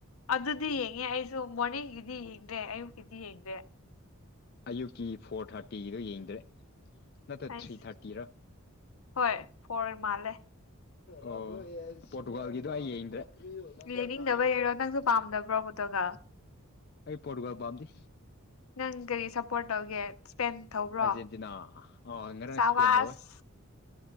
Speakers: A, on the left; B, on the left.
A: ꯑꯗꯨꯗꯤ ꯌꯦꯡꯉꯦ ꯑꯩꯁꯨ ꯃꯣꯔꯅꯤꯡꯒꯤꯗꯤ ꯌꯦꯡꯗ꯭ꯔꯦ ꯑꯌꯨꯛꯀꯤꯗꯤ ꯌꯦꯡꯗ꯭ꯔꯦ
B: ꯑꯌꯨꯛꯀꯤ ꯐꯣꯔ ꯊꯥꯔꯇꯤꯒꯤꯗꯣ ꯌꯦꯡꯗ꯭ꯔꯦ ꯅꯠꯇ
A: ꯑꯁ
B: ꯊ꯭ꯔꯤ ꯊꯥꯔꯇꯤꯔ
A: ꯍꯣꯏ ꯐꯣꯔ ꯃꯥꯜꯂꯦ
B: ꯑꯣ ꯄꯣꯔꯇꯨꯒꯥꯜꯒꯤꯗꯨꯣ ꯑꯩ ꯌꯦꯡꯗ꯭ꯔꯦ
A: ꯂꯩꯅꯤꯡꯗꯕꯩꯔꯣ
B: ꯇ
A: ꯅꯪꯁꯨ ꯄꯥꯝꯗꯕ꯭ꯔꯣ ꯄꯣꯔꯇꯨꯒꯜ
B: ꯑꯩ ꯄꯣꯠꯒꯔꯝꯗꯤ
A: ꯅꯪ ꯀꯔꯤ ꯁꯄꯣꯠ ꯇꯧꯒꯦꯠ ꯇꯦꯟ ꯊꯧꯕ꯭ꯔꯣ
B: ꯑꯥꯔꯖꯦꯟꯇꯤꯅꯥ ꯑ ꯉꯔꯥꯡ
A: ꯆꯥꯋꯥꯁ
B: ꯏꯁꯄꯦꯟ ꯇꯧꯋꯦ